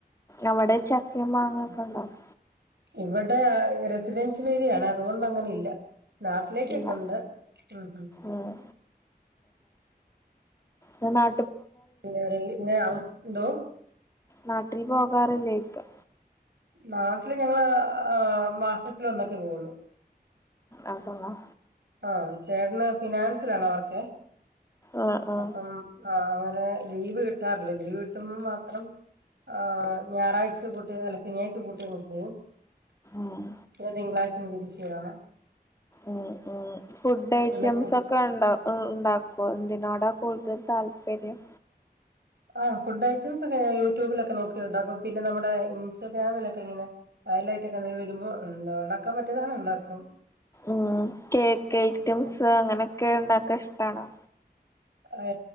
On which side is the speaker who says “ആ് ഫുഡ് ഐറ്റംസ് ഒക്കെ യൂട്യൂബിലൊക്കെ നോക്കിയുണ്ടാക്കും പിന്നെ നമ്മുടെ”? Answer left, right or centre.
Right